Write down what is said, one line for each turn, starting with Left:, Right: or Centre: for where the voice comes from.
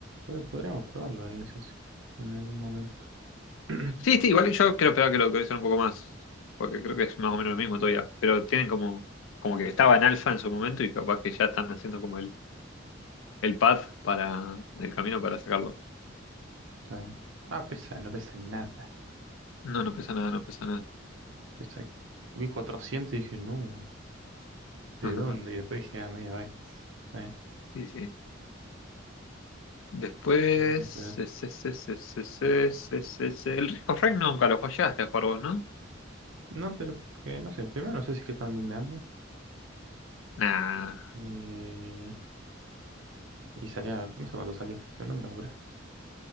Right: pod- podríamos probarlo el NSS en algún momento. <clears throat> Está
Left: Sí, sí, igual yo creo esperaba que lo actualicen un poco más, porque creo que es más o menos lo mismo todavía, pero tienen como, como que estaba en alfa en su momento y capaz que ya están haciendo como el, el path para el camino para sacarlo.
Right: bien. Ah, pesa, no pesa nada.
Left: No, no pesa nada, no pesa nada.
Right: Pesa, vi 400 y dije, no, ¿de
Left: <laughs>
Right: dónde? Y después dije, ah, megabyte. Está bien.
Left: Sí, sí. Después,
Right: Hay que ver.
Left: es, es, es, es, es, es, es, es- el Risk of Rain nunca lo jugaste a jugar vos, ¿no?
Right: No, pero porque, no sé, primero no sé si que tan bien me ande.
Left: Nah,
Right: Y, y salía, no sé cuánto salía, pero no me lo compré.